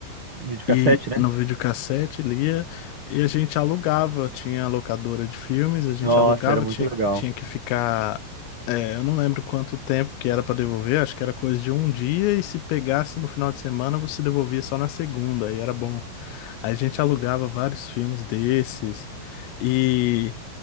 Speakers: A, on the right (about 50°); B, on the left (about 90°).
A: Videocassete,
B: E
A: né?
B: no videocassete lia e a gente alugava, tinha a locadora de filmes, a gente
A: Nossa,
B: alugava,
A: era muito
B: tinha,
A: legal.
B: tinha que ficar, é, eu não lembro quanto tempo que era para devolver, acho que era coisa de um dia e se pegasse no final de semana você devolvia só na segunda, aí era bom. Aí a gente alugava vários filmes desses e